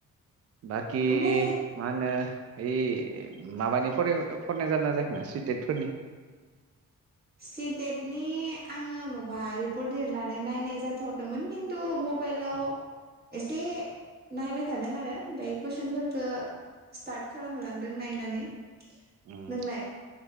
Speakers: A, on the right (about 45°); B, on the right (about 30°).
A: बाखि
B: ओमफ्राय
A: मा होनो। ओइ माबानि फराय फरायनाय जादोंना जायाखै नोंया सि टेट फोरनि।
B: सि टेटनि आङो माबा रिपर्ट लिरनानै नायनाय जाथवाखैमोन खिन्थु मबाइलाव एसे नायबाय थादों आरो ओमफ्राय कुइसन फोरखौ स्टार्ट खालामहोलांदों नायनानै।
A: उम
B: नोंलाय